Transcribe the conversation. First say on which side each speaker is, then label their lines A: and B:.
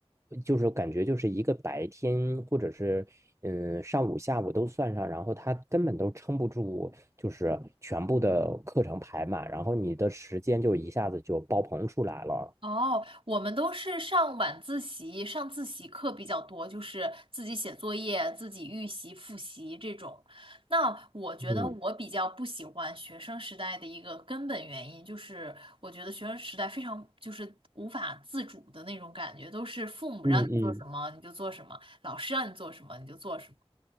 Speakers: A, on the right (about 25°); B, on the right (about 55°).
A: 就是感觉就是一个白天或者是嗯上午下午都算上，然后他根本都撑不住，就是全部的课程排满，然后你的时间就一下子就爆棚出来了。
B: 哦，我们都是上晚自习，上自习课比较多，就是自己写作业、自己预习、复习这种。那我觉得我比较不喜欢学生时代的一个根本原因，
A: 嗯
B: 就是我觉得学生时代非常就是无法自主的那种感觉，都是父母让你做什么你就做什么，
A: 嗯
B: 老师让你做什么你就做什么。